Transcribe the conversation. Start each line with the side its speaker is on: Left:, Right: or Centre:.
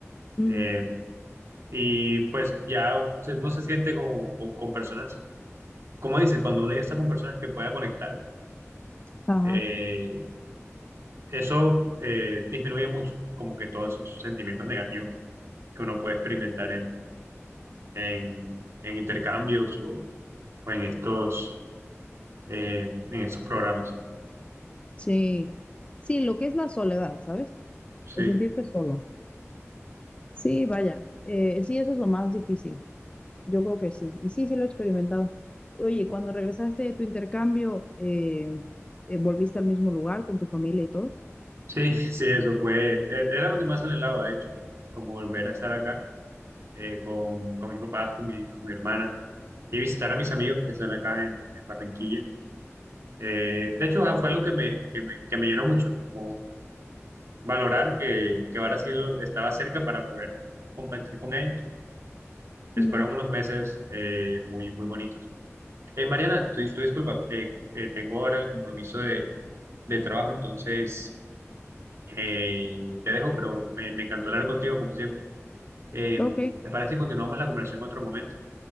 Left: ujú.
Right: eh, y pues ya se- uno se siente como, con con personas, como dices, cuando uno ya está con personas que pueda conectar,
Left: Ajá.
Right: eh, eso eh, disminuye mucho como que todos esos sentimientos negativos que uno puede experimentar en, en, en intercambios o, o en estos, eh, en estos programas.
Left: Sí. Sí, lo que es la soledad, ¿sabes?
Right: Sí,
Left: El sentirte solo. Sí, vaya. Eh, sí, eso es lo más difícil. Yo creo que sí. Y sí, sí lo he experimentado. Oye, cuando regresaste de tu intercambio, eh, eh, ¿volviste al mismo lugar con tu familia y todo?
Right: sí, <laughs> sí, eso fue, e- era lo que más anhelaba, de hecho, como volver a estar acá eh, con, con mis papás, con mi, con mi hermana y visitar a mis amigos que están acá en en Barranquilla Eh, de hecho, fue algo que me, que me, que me llenó mucho, como valorar que, que Brasil estaba cerca para poder competir con ellos. Pues
Left: Ujú.
Right: fueron unos meses eh, muy, muy bonitos. Eh, Mariana, tu, tu disculpa, eh, eh, tengo ahora el compromiso de, de trabajo, entonces eh, te dejo, pero me, me encantó hablar contigo como siempre. Eh,
Left: Ok,
Right: ¿te parece que continuamos la conversación en otro momento?